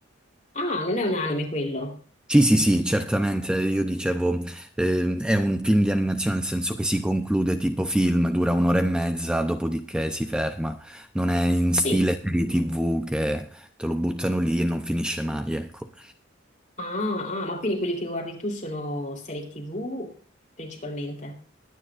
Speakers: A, on the left; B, in the centre.
A: Ah, non è un anime quello.
B: Sì, sì, sì, certamente, io dicevo, eh, è un film di animazione nel senso che si conclude tipo film, dura un'ora e mezza, dopodiché si ferma. Non è in stile
A: Sì.
B: serie TV che te lo buttano lì e non finisce mai, ecco.
A: Ah, ah, ma quindi quelli che guardi tu sono serie TV principalmente?